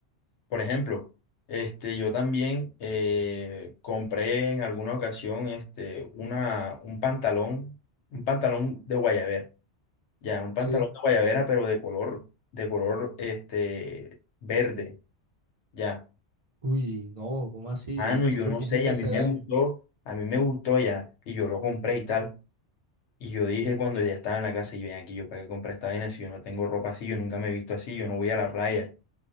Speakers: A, on the left; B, on the right.
A: Por ejemplo, este, yo también eh, compré en alguna ocasión este, una, un pantalón, un pantalón de guayabera, ya, un pantalón
B: Sí.
A: de guayabera, pero de color, de color, este, verde. Ya.
B: Uy, no, ¿cómo así?
A: Mano,
B: ¿Y tú
A: yo
B: por
A: no
B: qué
A: sé,
B: hiciste
A: y a
B: ese
A: mí me
B: daño?
A: gustó, a mí me gustó ya, y yo lo compré y tal. Y yo dije cuando ya estaba en la casa, y ven aquí, yo para qué compré esta vaina si yo no tengo ropa así, yo nunca me he visto así, yo no voy a la playa.